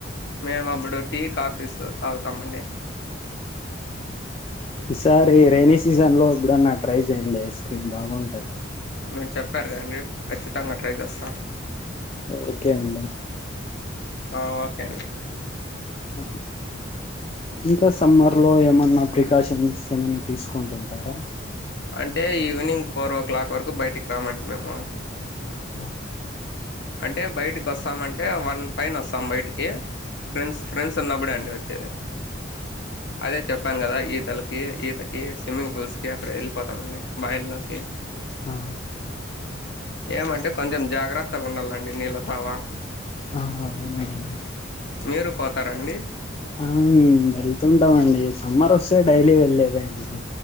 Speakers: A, on the left; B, on the left.
A: మేము అప్పుడు టీ కాఫీస్ తాగుతామ అండి
B: సార్ ఈ రెైన సీజన్ లో కూడా నా ట్రై చేయండి ఐస్ క్రీమ్ బాగుంటది
A: మీేరు చెప్పారు కదండడి ఖచ్చితంగా ట్రై చేస్తా
B: ఓకే అంటడి
A: ఓకే అండి
B: ఆ ఇంకా సమ్మర్ లో ఏమన్నా ప్రికాషన్స్ ఏమన్నా తీసుకుంటుంటారా
A: అంటే ఈవినింగ్ ఫోర్ ఓ క్లాక్ వరకు బయటికి రామండి మేము
B: ఆ
A: అంటే బయటికి వస్తామ అంటే వన్ పైన వస్తాం బయటికి ఫ్రెండ్స్ ఫ్రెండ్స్ ఉన్నబడే అండి వచ్చ అదే చెప్పాను కదా ఈ ఇతలకి ఈతకి స్విమ్మింగ్ పూల్స్ కి అక్కడ వెళ్ళిపోతామండి బయల్లోకి
B: ఆ
A: ఏమంటే కొంచెం జాగ్రత్తగా ఉండాలండి నీళ్ళ తావా
B: ఆఅవును అని
A: మీరు పోతారండి
B: ఆ వెళ్తుంటామండి సమ్మర్ వస్తే డైలీ వెళ్లేదే అండి